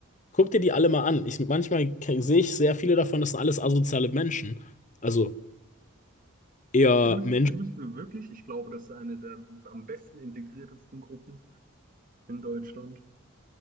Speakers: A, on the left (about 35°); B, on the right (about 45°).
A: guck dir die alle mal an. Ich, manchmal ke- sehe ich sehr viele davon, das sind alles asoziale Menschen. Also eher
B: Findest,
A: Menschen.
B: findest du wirklich? Ich glaube, das ist eine der am besten integriertesten Gruppen in Deutschland.